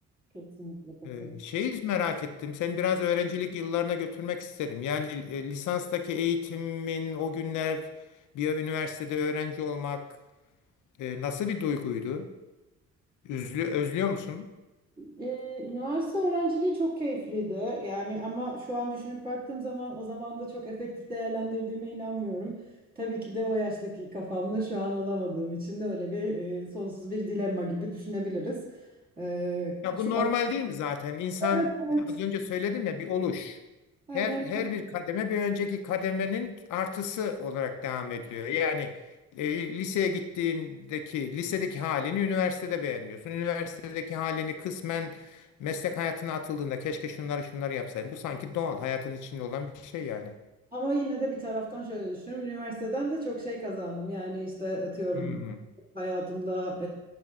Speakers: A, on the right (about 30°); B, on the left (about 80°).
A: Kesinlikle katıl.
B: E, şeyi merak ettim. Seni biraz öğrencilik yıllarına götürmek isterim. Yani e, lisanstaki eğitimin o günler bir üniversitede öğrenci olmak e, nasıl bir duyguydu? Üzlü, özlüyor musun?
A: Ee, üniversite öğrenciliği çok keyifliydi. Yani ama şu an düşünüp baktığım zaman o zaman da çok efektif değerlendirdiğime inanmıyorum. Tabii ki de o yaştaki kafamda şu an olamadığım için de öyle bir e, sonsuz bir dilemma gibi düşünebiliriz. Ee,
B: Ya
A: şu
B: bu normal
A: an-
B: değil mi zaten? İnsan
A: Evet, evet.
B: az önce söyledim ya bir oluş.
A: Aynen.
B: Her her bir kademe bir önceki kademenin artısı olarak devam ediyor. Yani e, liseye gittiğindeki lisedeki halini üniversitede beğenmiyorsun. Üniversitedeki halini kısmen meslek hayatına atıldığında keşke şunları şunları yapsaydım. Bu sanki doğal hayatın içinde olan bir şey yani.
A: Ama yine de bir taraftan şöyle düşünüyorum. Üniversiteden de çok şey kazandım. Yani işte atıyorum
B: Hmm.
A: hayatımda